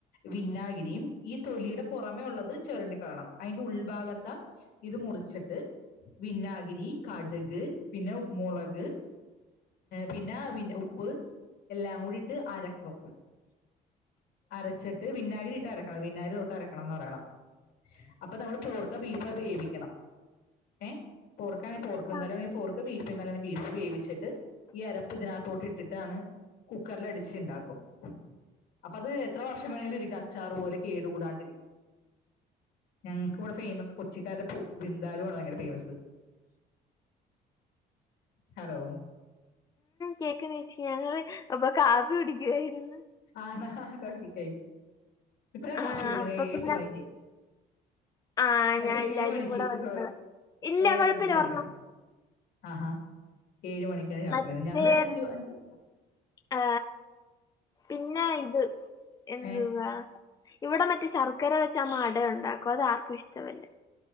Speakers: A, on the left (about 75°); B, on the left (about 20°).
A: വിന്നാഗിരിയും ഈ തൊലിയുടെ പുറമെ ഉള്ളത് ചെരണ്ടി കാണാം അതിന്റെ ഉൾഭാഗതാ ഇത് മുറിച്ചിട്ട് വിന്നാഗിരി കടുക് പിന്നെ മുളക് പിന്നെ വിൻ ഉപ്പ് എല്ലാം കൂടി ഇട്ട് അരക്കും അരച്ചിട്ട് വിന്നാഗിരി ഇട്ട് അരക്കണം വിന്നാഗിരി തൊട്ട് അരക്കണം കണംന്ന് പറയണം അപ്പൊ നമ്മൾ പോർക്ക ബീഫ്‌വേവിക്കണം ഏ പോർക്കാണെങ്ക പോർക്ക്
B: ആ
A: എന്തായാലുംണെങ്ക പോർക്ക് ബീഫ് എന്താലും ബീഫ് വേവിച്ചിട്ട് ഈ അരപ്പ് ഇതിനകത്തോട്ട് ഇട്ടിട്ടാണ് കുക്കറിൽ അടിച്ചുണ്ടാക്കും അപ്പ അത് എത്ര വർഷം വേണമെങ്കിലും ഇരിക്കും അച്ചാറ് പോലെ കേട്കൂടാണ്ടിരിക്കും ഞങ്ങ ഇക്ക് ഇവിടെ ഫേമസ് കൊച്ചിക്കാരുടെ പൂ ബിന്ദാലു ആണ് ഭയങ്കര ഫേമസ് ഹലോ
B: കേക്ക് നിച്ച് ഞങ്ങൾ അപ്പൊ കാപ്പി കുടിക്കായിരുന്നു
A: ആണ് കഴിക് കഴിക് ഇപ്പഴ
B: ആ
A: കാപ്പി കുടിക്കണേ
B: അപ്പോൾ
A: എഴ്
B: പിന്നെ
A: എട്ട് മണിക്ക്
B: ആ
A: മത്സ്യ
B: ഞാൻ എല്ലാരും
A: ഏഴ് മണിക്ക്
B: കൂടെ വരു
A: സോറി
B: ഇല്ല
A: എല്ലാരും
B: കൊഴപ്പില്ല
A: ഒരുമിച്ചിരിക്കണം
B: പർഞ്ഞോ
A: ആഹാ ഏഴ് മണിക്കാണ് കാപ്പിക്കുന്നത്
B: മറ്റേ
A: ഞങ്ങള് അഞ്ചു അഞ്ചു
B: ആ, പിന്നെ ഇത് എന്ത്
A: ഏഹ്
B: ന്നാ ഇവിടെ മറ്റേ ശർക്കര വെച്ച് വെച്ച് അമ്മ അടഉണ്ടാക്കും അത് ആർക്കും ഇഷ്ടമല്ലേ